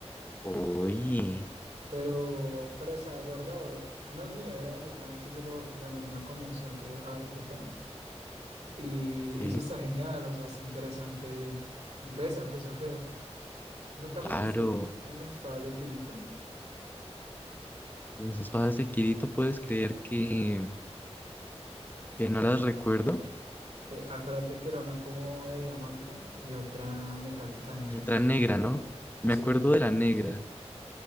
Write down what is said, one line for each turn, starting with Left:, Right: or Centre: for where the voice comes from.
Left: Oye,
Right: Pero, pero estaba guardado. No es mío, era de mi hermana que se lo ganó en una convención que, a la que fue. Y,
Left: ok,
Right: y sí está genial, o sea, está interesante y pesa, pesa feo. ¿Nunca
Left: claro.
Right: pensaste en las espadas de Kirito?
Left: Las espadas de Kirito puedes creer que, que no las recuerdo.
Right: Eh, acuérdate que era una como de diamante y otra metálica negra.
Left: Y otra negra, ¿no? Me
Right: Sí,
Left: acuerdo de la negra.